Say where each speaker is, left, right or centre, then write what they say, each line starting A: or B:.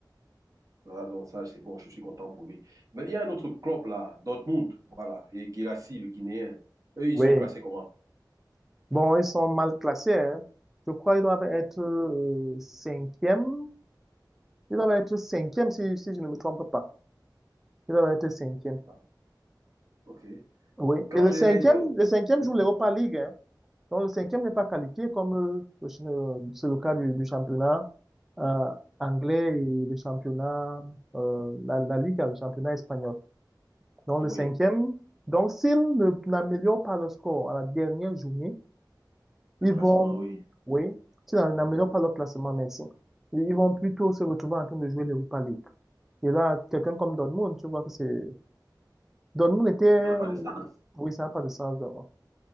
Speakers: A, on the right (about 45°); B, in the centre.
A: Ah, donc ça, c'est bon, je suis content pour lui. Mais il y a un autre club là, Dortmund, voilà, et Guirassy, le Guinéen. Eux, ils
B: Oui.
A: sont classés comment?
B: Bon, ils sont mal classés. hein. Je crois qu'ils doivent être euh, cinquième. Ils doivent être cinquième si, si je ne me trompe pas. Ils doivent être cinquième.
A: Ah, ok.
B: Oui.
A: Quand
B: Et le
A: j'ai.
B: cinquième,
A: euh,
B: le cinquième joue l'Europa League. hein. Donc, le cinquième n'est pas qualifié comme euh, le ch- euh, c'est le cas du, du championnat euh, anglais et le championnat, euh, la, la Liga, le championnat espagnol. Donc,
A: oui,
B: le cinquième, donc s'ils ne- n'améliorent pas le score à la dernière journée,
A: un
B: ils
A: classement,
B: vont,
A: oui.
B: oui, s'ils n'a- n'améliorent pas le classement, merci, ils ils vont plutôt se retrouver en train de jouer l'Europa League. Et là, quelqu'un comme Dortmund, tu vois que c'est... Dortmund était...
A: Ça n'a pas de sens.
B: Oui, ça n'a pas de sens, vraiment.